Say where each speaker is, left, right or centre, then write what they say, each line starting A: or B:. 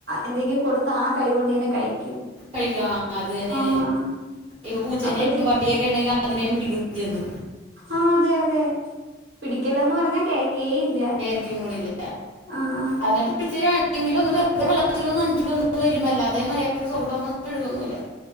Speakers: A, on the right; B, on the right.
A: എന്തെങ്കിലും കൊടുത്ത ആഹ് കൈ കൊണ്ടന്നെ കഴിക്കും
B: കഴിക്കു അതന്നെ
A: ആഹ്
B: ഇപ്പൊ പൂച്ചേനെ
A: അപ്പോഴത്തേക്ക്
B: പട്ടിയൊക്കെ ഉണ്ടെങ്കി അതിനേ പിടിക്കുകയും ചെന്ന്
A: ആഹ് അതെ അതെ പിടിക്കല്ലന്ന് പറഞ്ഞാ കേക്കേ ഇല്ല
B: ക്കും കൂടിയില്ല
A: ആഹ് ആഹ്
B: എന്നിട്ട് പിടിച്ച് വണെങ്കിൽ ഒന്ന് വെറുതെ വെള്ളത്തിലൊന്ന് നനച്ചിട്ട് വരും അല്ലാതെ മര്യാദക്ക് സോപ്പിട്ടൊന്നും കഴുകുവൊന്നുമില്ല